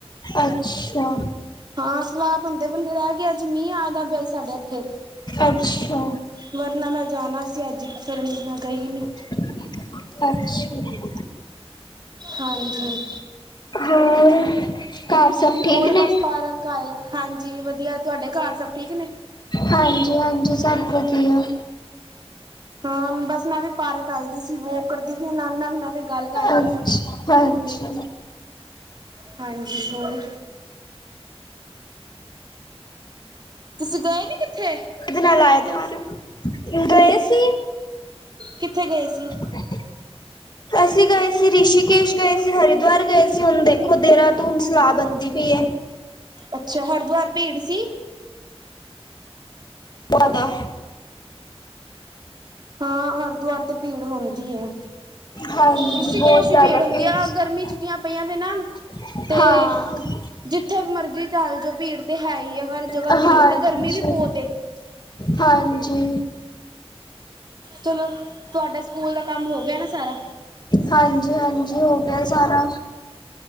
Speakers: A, on the left (about 45°); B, on the right (about 45°).
A: ਅੱਛਾ।
B: ਹਾਂ, ਸਲਾ ਬਂਦੇ, ਬਂਦੇ ਰੈਗੀ ਅੱਜ ਮੀਂ ਆ ਜਾਂਦਾ ਸਾਡੇ ਏਥੇ
A: ਅੱਛਾ
B: ਮਰਨਾ ਮੈਂ ਜਾਣਾ ਸੀ ਅੱਜ ਫੇਿਰ ਮੈਂ ਗਈ ਨੀ
A: ਅੱਛਾ
B: ਹਾਂਜੀ
A: ਹੋਰ ਘਰ ਸਭ ਠੀਕ
B: ਹੋਰ
A: ਨੇ
B: ਬਸ ਪਾਰਕ ਆਏ ਹਾਂਜੀ ਵਧੀਆ ਤੁਹਾਡੇ ਘਰ ਸਭ ਠੀਕ ਨੇ
A: ਹਾਂਜੀ ਹਾਂਜੀ ਸਭ ਵਧੀਆ
B: ਹਮ ਬਸ ਮੈਂ ਵੀ ਪਾਰਕ ਆਈ ਦੀ ਸੀ ਵੋ ਕਰਦੀ ਵੀ ਹਨ ਨਾਲ ਮੈਂ ਕਿਹਾ ਗੱਲ ਕਰ ਲਾ
A: ਅੱਛਾ ਹਾਂਜੀ
B: ਹਾਂਜੀ ਹੋਰ ਤੁਸੀਂ ਗਏ ਨੀ ਕਿੱਥੇ
A: ਇਹ ਨਾਲ ਨਾਲ ਸੀ
B: ਕਿੱਥੇ ਗਏ ਸੀ
A: <unintelligible> ਅਸੀ ਗਏ ਸੀ। ਰਿਸ਼ੀਕੇਸ਼ ਗਏ ਸੀ, ਹਰਿਦੋਆਰ ਗਏ ਸੀ, ਹੁਨ ਦੇਖੋ ਦੇਰਾਦੂਨ ਸਲਾ ਬੰਦੀ ਪੀਏ।
B: ਅੱਛਾ, ਹਰਦੋਆਰ ਭੀੜ ਸੀ?
A: ਪਾਦਾ
B: ਹਾਂ, ਹਰਦੋਆਰ ਤੇ ਭੀੜ ਹੋਂਦੀ ਏ।
A: ਹਾਂਜੀ
B: ਰਿਸ਼ੀਕੇਸ਼
A: ਬਹੁਤ ਜ਼ਿਆਦਾ
B: ਵੀ ਭੀੜ ਹੁੰਦੀ ਆ,
A: ਸੀ
B: ਗਰਮੀ ਛੁੱਟੀਆਂ ਪਈਆਂ ਤੇ ਨਾ
A: ਹਾਂ।
B: ਤੇ ਜਿੱਥੇ ਮਰਜ਼ੀ ਚੱਲ ਜੋ, ਭੀੜ ਤੇ ਹੈਈ ਏ ਹਰ ਜਗਾ
A: ਹਾਂਜੀ,
B: ਭੀੜ, ਤੇ ਗਰਮੀ ਵੀ ਬੋਤ ਏ।
A: ਹਾਂਜੀ।
B: ਚਲੋ ਤੋਆਡੇ ਸਕੂਲ ਦਾ ਕਾਮ ਹੋਗੇਆ ਨਾ ਸਾਰਾ
A: ਹਾਂਜੀ, ਹਾਂਜੀ, ਹੋਗੇਆ ਸਾਰਾ।